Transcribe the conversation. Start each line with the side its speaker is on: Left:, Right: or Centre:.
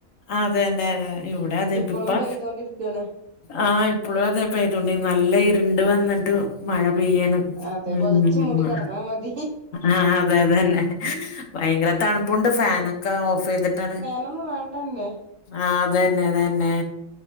Left: അതെന്നെ അതെ ഇവിടെ അതെപ്പിപ്പോ
Right: ഇപ്പളും പെയ്തോണ്ടിരിക്കാണ്
Left: ആഹ് ഇപ്പളും അതെ പ്പെയ്തോണ്ട് നല്ല ഇരുണ്ട് വന്നിട്ട് - മഴ പെയ്യണ്
Right: അതെ
Left: ഉം
Right: പൊതച്ച് മൂടി കിടന്നാ മതി
Left: ആഹ് അതെ അതെന്നെ ഭയങ്കര തണുപ്പുണ്ട് ഫാനൊക്കെ ഓഫെയ്തിട്ടാണ്
Right: ഒന്നും വേണ്ടന്നെ
Left: ആഹ് അതന്നെ അതന്നെ